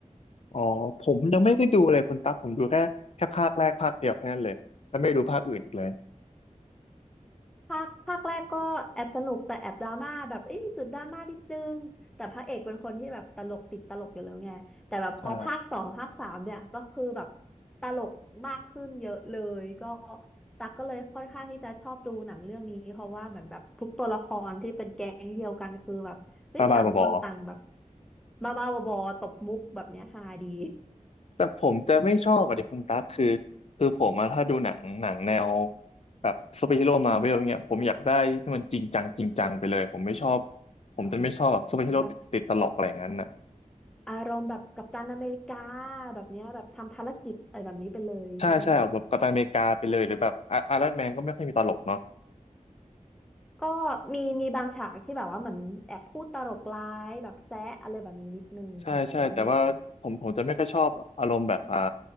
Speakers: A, on the left; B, in the centre.
A: อ๋อผมยังไม่ได้ดูเลยคุณตั๊กผมดูแค่แค่ภาคแรกภาคเดียวแค่นั้นเลยแล้วไม่ดูภาคอื่นอีกเลย
B: ภาคภาคแรกก็แอบสนุกแต่แอบดราม่าแบบเอ้ยมีจุดดราม่านิดนึงแต่พระเอกเป็นคนที่แบบตลกติดตลกอยู่แล้วไงแต่แบบพอภาคสองภาคสามเนี่ยก็คือแบบ
A: ใช่
B: ตลกมากขึ้นเยอะเลยก็ตักก็เลยค่อนข้างที่จะชอบดูหนังเรื่องนี้เพราะว่าเหมือนแบบทุกตัวละครที่เป็นแก๊งเดียวกันคือแบบเฮ้ยต่างคนต่างแบบ
A: บ้าบ้าบอ
B: บ้าบ้าบอๆตบมุกแบบเนี้ยฮาดี
A: แต่ผมจะไม่ชอบอะดิคุณตั๊กคือคือผมอะถ้าดูหนังหนังแนวแบบซูเปอร์ฮีโร่มาเวลเนี่ยผมอยากได้ที่มันจริงจังจริงจังไปเลยผมไม่ชอบผมจะไม่ชอบแบบซูเปอร์ฮีโร่ติดตลกอะไรอย่างนั้นน่ะ
B: อ๋อแบบอารมณ์แบบกัปตันอเมริกาแบบเนี้ยแบบทำภารกิจอะไรแบบนี้ไปเลยใช่ไหมคะ
A: ใช่ใช่แบบกัปตันอเมริกาไปเลยหรือแบบไอรอนแมนก็ไม่ค่อยมีตลกเนาะ
B: ก็มีมีบางฉากที่แบบว่าเหมือนแอบพูดตลกร้ายแบบแซะอะไรแบบนี้นิดนึงของไอรอนแมน
A: ใช่ใช่แต่ว่าผมผมจะไม่ค่อยชอบอารมณ์แบบอ่า